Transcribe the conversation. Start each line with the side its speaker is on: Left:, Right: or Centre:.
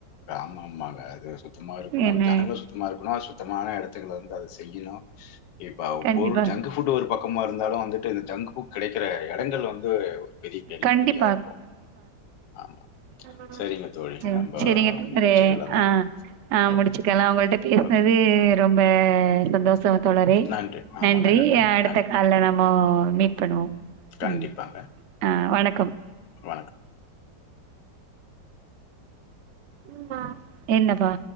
Left: ஆமா ஆமாங்க அது சுத்தமா இருக்கணு
Right: என்ன
Left: ஜனங்க சுத்தமா இருக்குணு சுத்தமான இடத்துங்கள வந்து அத செய்யணு இப்ப அவஃபுட்
Right: கண்டிப்பா
Left: ஜங்கு புட் ஒரு பக்கமா இருந்தாலு வந்துட்டு பங்கு கெடைக்கிற இடங்கள் வந்து ஒரு பெரிய கேள்விக்குறியா
Right: கண்டிப்பா
Left: இருக்கு ஆமா
Right: <inaudible>
Left: சரிங்க தோழி.
Right: செரி
Left: நம்ப
Right: செரிங்க
Left: முடிச்சுக்கலாங்க.
Right: <inaudible> ஆ ஆ
Left: ஓகே,
Right: முடிச்சுக்கலாம் அவுங்களுட்ட பேசினதே
Left: ஓகே.
Right: ரொம்பா சந்தோஷ் சோ தோழரே
Left: நன்றி. ஆமாங்க.
Right: நன்றி
Left: நன்றிங்க.
Right: அடுத்த
Left: நன்றி.
Right: காலரமோ மே கணு
Left: கண்டிப்பாங்க.
Right: ம் ஆஹ் வணக் கம்
Left: வணக்கம்
Right: ம்மா என்னபா